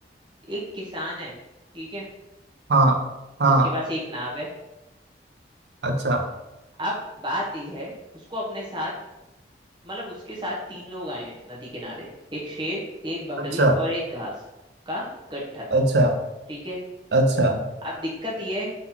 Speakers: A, on the right; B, on the right.
A: एक किसान है ठीक है
B: हाँ हाँ
A: उसके पास एक नाव है
B: अच्छा
A: अब बात यह है उसको अपने साथ मतलब उसके साथ तीन लोग आए हैं नदी किनारे एक शेर एक बकरी
B: अच्छा
A: और एक घास का गट्ठर
B: अच्छा
A: ठीक है
B: अच्छा
A: अब दिक्कत यह है